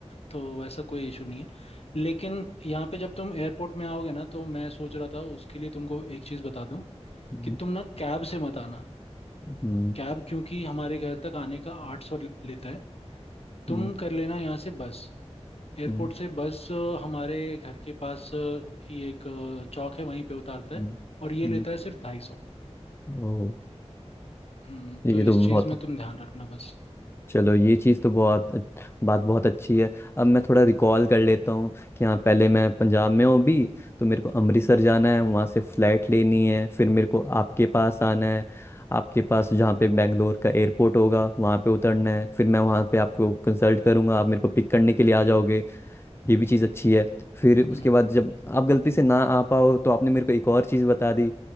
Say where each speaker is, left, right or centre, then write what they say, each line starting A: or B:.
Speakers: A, on the left; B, on the left.
A: तो वैसा कोई इशू नहीं है लेकिन यहाँ पे जब तुम एयरपोर्ट में आओगे ना तो मैं सोच रहा था उसके लिए तुमको एक चीज़ बता दूं
B: हम्म,
A: कि तुम ना कैब से मत आना
B: हम्म,
A: कैब क्योंकि हमारे घर तक आने का आठ सौ लेता है तुम
B: हम्म,
A: कर लेना यहाँ से बस एयरपोर्ट
B: हम्म,
A: से बस अ, हमारे घर के पास अ, ही एक अ, चौक है वहीं पे उतारता
B: हम्म,
A: है और ये
B: हम्म,
A: लेता है सिर्फ ढाई सौ
B: ओह,
A: हम्म
B: ये
A: तो
B: तो
A: इस चीज़
B: बहुत
A: में तुम ध्यान रखना बस
B: चलो ये चीज़ तो बहुत अच्छ- बात बहुत अच्छी है अब मैं थोड़ा रिकॉल कर लेता हूँ कि हाँ पहले मैं पंजाब में हूँ अभी तो मेरे को अमृतसर जाना है वहाँ से फ़्लाइट लेनी है फिर मेरे को आपके पास आना है आपके पास जहाँ पे बेंगलोर का एयरपोर्ट होगा वहाँ पे उतरना है फिर मैं वहाँ पे आपको कंसल्ट करूँगा आप मेरे को पिक करने के लिए आ जाओगे ये भी चीज़ अच्छी है फिर उसके
A: हम्म
B: बाद जब आप गलती से ना आ पाओ तो आपने मेरे को एक और चीज़ बता दी